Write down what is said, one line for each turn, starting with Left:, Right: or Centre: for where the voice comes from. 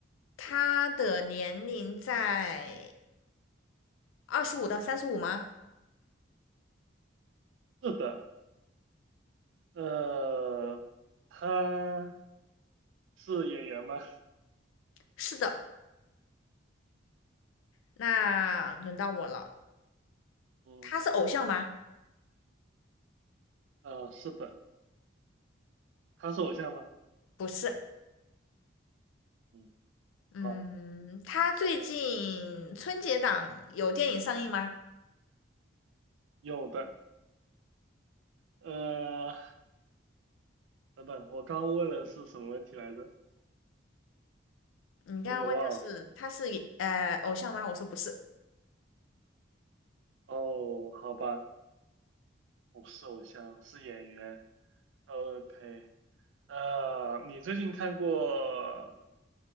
Left: 他的年龄在二十五到三十五吗？
Right: 是的，呃，他是演员吗？
Left: 是的，那轮到我了。
Right: 嗯，
Left: 他是偶像吗？
Right: 呃，是的，他是偶像吗？
Left: 不是，
Right: 嗯，
Left: 嗯，
Right: 好，
Left: 他最近春节档有电影上映吗？
Right: 有的。呃，等等，我刚问了是什么问题来着？
Left: 你刚刚问就是他是呃偶像吗？
Right: 有点忘了。
Left: 我说不是，
Right: 哦，好吧，不是偶像，是演员。OK，呃，你最近看过